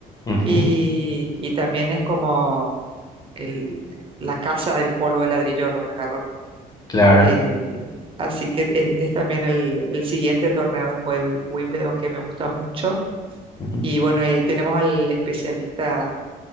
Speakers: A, on the left; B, on the right.
A: ujú,
B: Y, y también es como el, la casa del polvo de ladrillo Roland Garros.
A: Claro.
B: Eh, así que es, es también el, el siguiente torneo después de Wi- Wimbledon que me gusta mucho
A: ujú.
B: Y bueno, y ahí tenemos al especialista